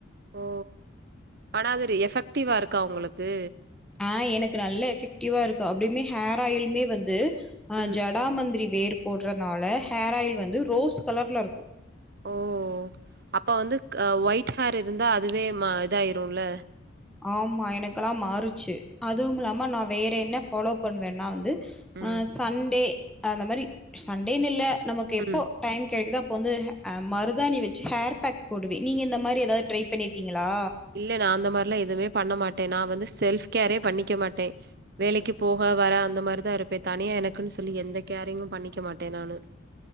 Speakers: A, on the right; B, in the centre.
A: ஓ ஆனா அது ஒரு எஃபெக்ட்டிவா இருக்கா உங்களுக்கு
B: ஆ எனக்கு நல்ல எஃபெக்டிவா இருக்கு அப்புடியுமே ஹேர் ஆயிலுமே வந்து ஆ
A: ம்
B: ஜ டாமந்திரி வேர் போட்றனால ஹேர் ஆயில் வந்து ரோஸ் கலர்ல இருக்கு
A: ஓ அப்ப வந்து க ஒயிட் ஹேர் இருந்தா அதுவே ம இதாயிருல
B: ஆமா எனக்கெலா மாறுச்சு அதுவுமில்லாம நா வேற என்ன ஃபாலோ பண்ணுவேன்னா வந்து ஆ
A: ம்
B: சண்டே அந்த மாரி சண்டேன்னில்ல நமக்கு எப்போ
A: ம்
B: டைம் கெடைக்குதோ அப்போ வந்து ஹ அ மருதாணி வெச்சு ஹேர் பேக் போடுவே நீங்க இந்த மாரி எதாது ட்ரை பண்ணியிருக்கீங்களா
A: இல்ல நா அந்த மார்லா எதுமே பண்ண மாட்டே நா வந்து செல்ஃப் கேரே பண்ணிக்க மாட்டே வேலைக்கு போக வர அந்த மாரிதா இருப்பே தனியா எனக்குன் சொல்லி எந்த கேரயிமும் பண்ணிக்க மாட்டே நானு